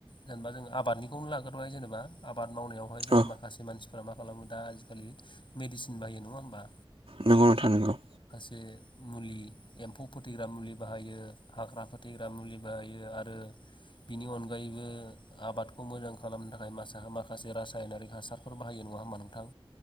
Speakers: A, on the left; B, on the right.
A: जेनेबा जों आबादनिखौनो लाग्रोबाय जेनेबा आबाद मावनायावहाय जोङो
B: औ
A: माखासे मानसि मा खालामो दा आजिखालि मेडिसिन बायो नङा होमबा।
B: नंगौ नोंथां नंगौ
A: बे मुलि एम्फौ फोथैग्रा मुलि बाहायो हाग्रा फोथैग्रा मुलि बाहायो आरो बिनि अनगायैबो आबादखौ मोजां खालामनो थाखाय मासा-माखासे रासायनारिक हासारफोर बाहायो नङा होमबा नोंथां।